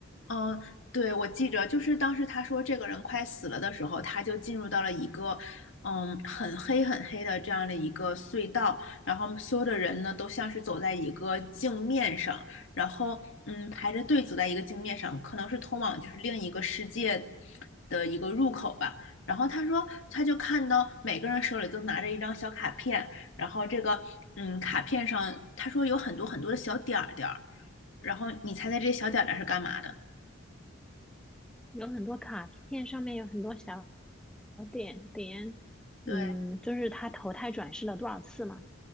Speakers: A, on the left; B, in the centre.
A: 嗯，对，我记着，就是当时他说这个人快死了的时候，他就进入到了一个，嗯，很黑很黑的这样的一个隧道，然后所有的人呢都像是走在一个镜面上，然后嗯排着队走在一个镜面上，可能是通往就是另一个世界的一个入口吧。然后他说，他就看到每个人手里都拿着一张小卡片，然后这个嗯卡片上他说有很多很多的小点儿点儿，然后你猜猜这些小点儿点儿是干嘛的？
B: 有很多卡片上面有很多小点点，嗯，
A: 对，
B: 就是他投胎转世了多少次嘛？